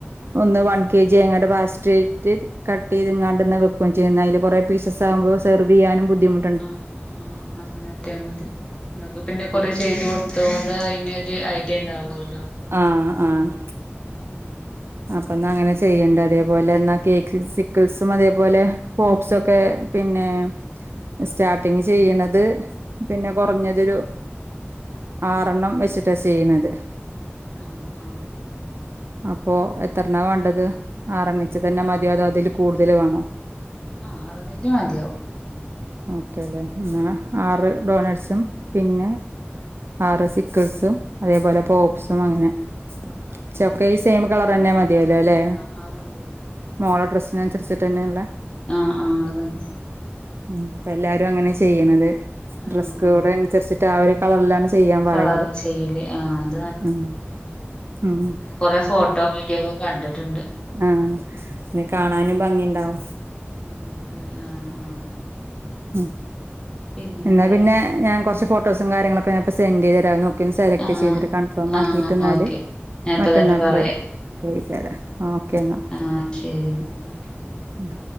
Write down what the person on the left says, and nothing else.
ആഹ്
ആഹ് ആഹ് ന്നാ അങ്ങനെ കാട്ടിയാ മതി ഇങ്ങക്ക് പിന്നെ കൊറേ ചെയ്ത് കൊടുത്തോണ്ട് അയിന് ഒരു ഐഡിയ ഇണ്ടാവൊല്ലോ
ഉം
അപ്പൊ
പിന്നെ
ആഹ് ആഹ്
ആഹ്
ആറെണ്ണീച്ചെ
ആഹ് ആറെണ്ണീച്ചെ മതിയാവും
മറ്റേ
ആഹ്
പക്ക
ആഹ്
ആഹ് അത് മതി അത് മതി
ആഹ് ആഹ് അത് മതി
ആഹ്
ആഹ്
കളറില്
ചെയ്യൂലേ ആഹ് അത്
കൊറേ ഫോട്ടോ വീഡിയോക്കെ കണ്ടിട്ടുണ്ട്.
ഉം ഉം ആഹ് ആഹ് അതെ
പിന്നെന്താ
പറ
ആഹ്
ആഹ്
ഓക്കെ ഞാൻ ഇപ്പ
തന്നെ പറയാം
ആഹ് ശരി എന്നാ ഓക്കെ